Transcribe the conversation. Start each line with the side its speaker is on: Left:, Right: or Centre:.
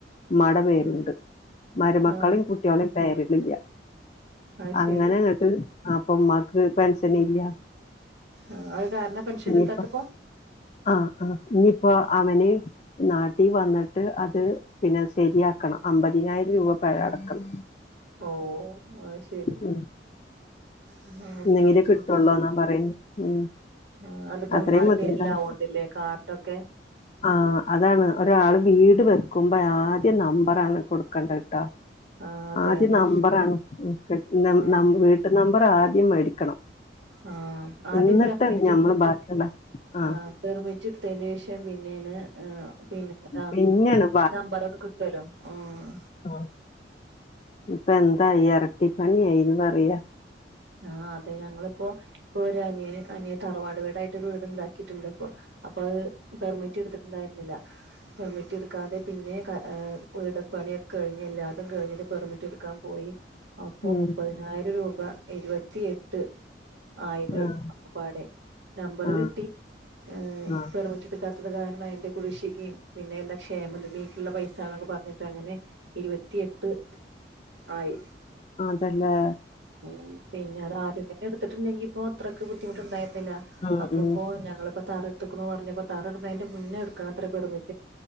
Left: ഇമ്മാടെ പേര്ണ്ട്
Right: ഉം
Left: മരുമക്കളിം
Right: ആഹ്
Left: കൂട്ട്യാളേം പേര്ലില്ല.
Right: അത്
Left: അങ്ങനെ
Right: ശരി
Left: ഇങ്ങട്ട് അപ്പൊ ഇമ്മാക്ക് പെൻഷനില്ല.
Right: ആ അത് കാരണ പെൻഷൻ
Left: ഇനിയിപ്പ
Right: കിട്ടാത്തപ്പോ
Left: ആഹ് ആഹ് ഇഞ്ഞിപ്പോ അവന് നാട്ടീ വന്ന്ട്ട് അത് പിന്നെ ശരിയാക്കണം അമ്പതിനായിരം രൂപ പെഴ അടക്കണം.
Right: ഓഹ് അഹ്ശരി
Left: ഉം
Right: ആഹ് എത്ര
Left: ഇന്നെങ്കിലേ
Right: ബുദ്ധിമുട്ട
Left: കിട്ടുള്ളൂന്നാ പറയുന്നെ ഉം
Right: ആ അതിപ്പോ
Left: അത്രയും
Right: ഉമ്മാടെ
Left: ബുദ്ധിമുട്ടാണ്
Right: പേരിലാവോണ്ടില്ലേ കാർഡൊക്കെ.
Left: ആ അതാണ് ഒരാള് വീട് വെക്കുമ്പേ ആദ്യം നമ്പറാണ് കൊടുക്കണ്ടത്ട്ടോ.
Right: ആഹ് അതെ
Left: ആദ്യം
Right: അതെ
Left: നമ്പറാണ് <unintelligible>
Right: ആഹ്
Left: വീട്ട് നമ്പറാദ്യം മേടിക്കണം.
Right: ആ ആദ്യം
Left: എന്നിട്ടാണ്
Right: പെർമിറ്റ്ട്ത്തിട്ട്
Left: ഞമ്മള് ബാക്കിയുള്ള ആഹ്
Right: ആ പെർമിറ്റ്ട് ത്തെനേഷം പിന്നേണ് ആഹ് പിന്നെ ആഹ്
Left: പിന്നെയാണ്
Right: നമ്പറൊക്കെ കിട്ടുലോ ആഹ്.
Left: ആ ഉം ഇപ്പന്തായി എരട്ടിപ്പണിയായിന്ന് പറയാ.
Right: ആ അതെ ഞങ്ങള്പ്പോ ഇപ്പൊരു അനിയന് അനിയൻ തറവാട് വീടായിട്ടൊരു വീട്ണ്ടാക്കിട്ട്ണ്ട്പ്പൊ. അപ്പ അഹ് പെർമിറ്റ്ട്ത്തിട്ട് ണ്ടായിരുന്നില്ല. പെർമിറ്റ്ട്ക്കാതെ പിന്നേം ക ഏഹ് വീട്പണിയൊക്കെ കഴിഞ്ഞ് എല്ലാത കഴിഞ്ഞ് ഇനി പെർമിറ്റ്ട് ക്കാൻ പോയി അപ്പൊ
Left: ഉം
Right: മുപ്പതിനായിരം രൂപ ഇരുപത്തിയെട്ട് ആയി പൈ
Left: ആഹ്
Right: ഒക്കപ്പാടെ നമ്പറ്
Left: ആഹ്
Right: കിട്ടി ഏ
Left: ആഹ്
Right: പെർമിറ്റ് ടുക്കാത്തത് കാരണം അതിന്റെ കുടിശ്ശികീം പിന്നെ എന്താ ക്ഷേമ നിധിക്ക്ള്ള പൈസന്നൊക്കെ പറഞ്ഞിട്ട് അങ്ങനെ ഇരുപത്തിയെട്ട് ആയി
Left: അതല്ലെ.
Right: ഉം പിന്നെ അത് ആദ്യം തന്നെ എടുത്തിട്ടുണ്ടെങ്കി ഇപ്പോ അത്രക്ക് ബുദ്ധി മുട്ടുണ്ടായിരുന്നില്ല.
Left: ഉം
Right: അപ്പപ്പോ
Left: ഉം
Right: ഞങ്ങളിപ്പ തറട്ട്ക്ക്ണു പറഞ്ഞപ്പോ തറട്നെയ്ന്റെ മുന്നേ എടുക്കാണത്രെ പെർമി